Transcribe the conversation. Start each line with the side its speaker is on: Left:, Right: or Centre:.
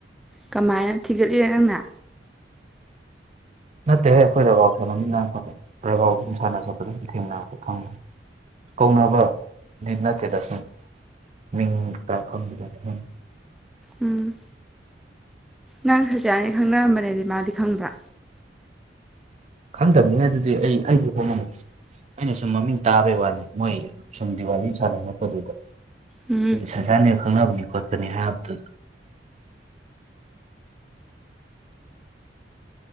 Centre: ꯀꯃꯥꯏꯅ ꯊꯤꯒꯠꯂꯤꯔ ꯅꯪꯅ
Right: ꯅꯠꯇꯦꯍꯦ ꯑꯩꯈꯣꯏ ꯔꯒꯥꯎ ꯁꯥꯟꯅꯃꯤꯟꯅꯄ ꯔꯒꯥꯎ ꯑꯗꯨꯨꯝ ꯁꯥꯟꯅ ꯆꯠꯄꯗ ꯑꯗꯨꯨꯝ ꯊꯦꯡꯅꯔ ꯈꯪꯉꯦ ꯀꯧꯅꯕꯗꯤ ꯅꯠꯇꯦꯗ ꯑꯗꯨꯝ ꯃꯤꯡ ꯀꯀꯥ ꯈꯪꯕꯗꯣ
Centre: ꯎꯝ ꯅꯪ ꯁꯨꯖꯤꯌꯥꯅꯤ ꯈꯪꯅꯔꯝꯕꯅꯦꯗꯤ ꯃꯥꯗꯤ ꯈꯪꯕ꯭ꯔꯥ
Right: ꯈꯪꯗꯕꯅꯤ ꯍꯥꯏꯗꯤ ꯑꯩ ꯑꯩꯗꯤ ꯈꯪꯉꯝꯃꯣꯏ ꯑꯩꯅ ꯁꯨꯝ ꯃꯃꯤꯡ ꯇꯥꯕꯩ ꯋꯥꯅꯤ ꯃꯣꯏ ꯁꯨꯝ ꯗꯤꯋꯥꯂꯤ ꯁꯥꯟꯅꯝꯂꯄꯗꯨꯗ
Centre: ꯎꯝ
Right: ꯁꯁꯥꯅꯤ ꯈꯪꯅꯕꯅꯤ ꯈꯣꯠꯄꯅꯤ ꯍꯥꯏꯕꯗꯨ